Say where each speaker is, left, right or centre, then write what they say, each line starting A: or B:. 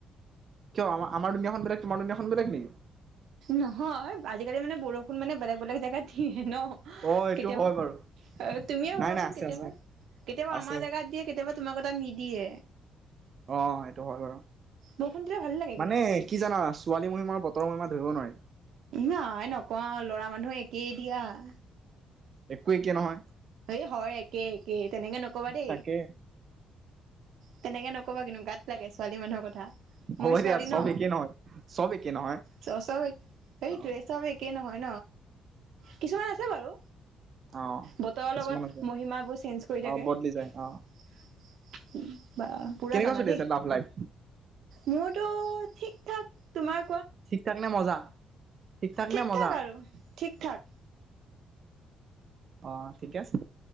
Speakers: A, on the right; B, on the right.
A: কিয় আমা আমাৰ দুনিয়াখন বেলেগ, তোমাৰ দুনিয়াখন বেলেগ নেকি?
B: নহয় আজিকালি মানে বৰষুণ মানে বেলেগ বেলেগ জেগাত দিয়ে ন'
A: অ এইটো
B: কেতিয়াবা,
A: হয় বাৰু
B: তুমিয়ে
A: নাই
B: ভাবাচোন
A: নাই আছে
B: কেতিয়াবা,
A: আছে
B: কেতিয়াবা
A: আছে
B: আমাৰ জেগাত দিয়ে, কেতিয়াবা তোমালোকৰ তাত নিদিয়ে।
A: অ', সেইটো হয় বাৰু,
B: বৰষুণ দিলে ভাল লাগে কিন্তু
A: মানে
B: শুই।
A: কি জানা ছোৱালীৰ মহিমা বতৰৰ মহিমা ধৰিব নোৱাৰি।
B: এ আই নকও আৰু ল'ৰা মানুহো একেই দিয়া। <inaudible>
A: একো একে নহয়।
B: এই হয় একেই। একে তেনেকে নকবা দেই।
A: তাকে
B: তেনেকে নকবা কিনো গাত লাগে। ছোৱালি মানুহৰ কথা।
A: হ'ব
B: ময়ো ছোৱালী
A: দিয়া চব
B: ন,
A: একে নহয় চব একে নহয়
B: চ চই সেইটোৱে
A: অ
B: চব একে নহয়। কিছুমান আছে বাৰু।
A: অ
B: বত
A: কিছুমান
B: লগত
A: আছে
B: মহিমাবোৰ চেঞ্জ কৰি
A: অ
B: থাকে। <inaudible> <unintelligible>
A: বদলি যায় অ
B: বাঃ পোৰা
A: কেনেকুৱা
B: জানা
A: চলি
B: দেই।
A: আছে লাভ লাইফ
B: মোৰটো ঠিকঠাক, তোমাৰ?
A: ঠিকঠাক নে মজা? ঠিক ঠাক
B: ঠিকঠাক
A: নে মজা
B: আৰু। ঠিকঠাক।
A: অ' ঠিকে আছে।